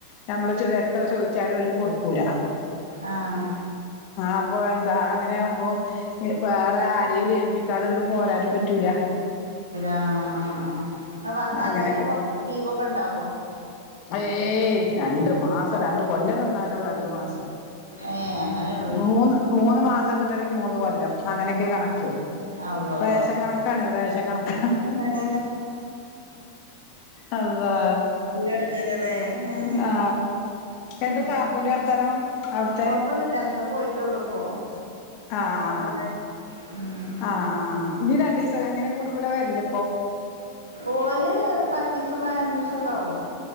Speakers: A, on the left (about 45°); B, on the right (about 75°).
A: നമ്മള് എത്ര ചോദിച്ചാലും ഓല് കൊടു ക്കൂല
B: ആഹ്
A: അപ്പോ എന്താ അങ്ങനെകുമ്പോ വേറെ ആരെലും ഏൽപ്പിക്കാതെ ഇങ്ങട്ട് പോരാനും പറ്റൂല
B: ആ ആ ആ വന്നാൽ
A: അങ്ങനൊക്കെ
B: തന്നെ കൊറച്ച് ലീവൊക്കെണ്ടാവോ
A: ഏയ് രണ്ടു മാസം രണ്ട് കൊല്ലം നിന്നാലോ രണ്ടു മാസം
B: ഏഹ് അങ്ങനെള്ളൂ
A: മൂന്ന് മൂന്ന് മാസം തന്നിട്ടുണ്ടെങ്കി മൂന്ന് കൊല്ലം അങ്ങനെയൊക്കെ കണക്ക്
B: അള്ളോ
A: പേഷൻ കണക്കാണ് റേ പ്പ കണക്ക
B: നല്ല
A: അള്ളാ
B: എടങ്ങേറാല്ലേ ഏഹ്
A: ആ എന്തെ
B: ഉം
A: കാക്കൂന്റെ വർത്താനം അവിടുത്തെ
B: കൊഴപ്പൊന്നുല്ല ഇന്ന് പോയിട്ടെള്ളൂ ഇപ്പോ
A: ആ
B: ഇവടെണ്ടായിന്നു
A: ആ
B: ഉം
A: ആ ആ ആ ഇനി രണ്ട് ദിവസൊ അങ്ങനെ കൂടുമ്പള വരല്
B: ഓല് പത്തീസം പതിനഞ്ച് ദിവസൊക്കെ ആവും